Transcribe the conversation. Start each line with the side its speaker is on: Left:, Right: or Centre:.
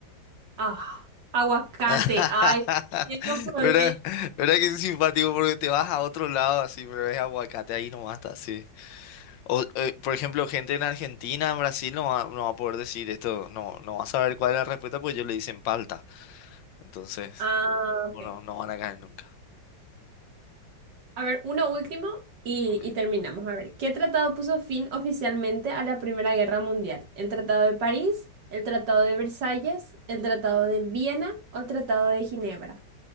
Right: Ah, aguacate.
Left: <laughs>
Right: Ay, <laughs> no podré.
Left: ¿Verdad? ¿Verdad que es simpático? Porque te vas a otro lado así, pero es aguacate, ahí nomás está así. O, eh, por ejemplo, gente en Argentina, en Brasil, no va, no va a poder decir esto, no, no va a saber cuál es la respuesta, porque ellos le dicen palta. Entonces,
Right: Ah, ok.
Left: bueno, no van a caer nunca.
Right: A ver, uno último y,
Left: Ok.
Right: y terminamos. A ver, ¿qué tratado puso fin oficialmente a la Primera Guerra Mundial? ¿El Tratado de París, el Tratado de Versalles, el Tratado de Viena o el Tratado de Ginebra?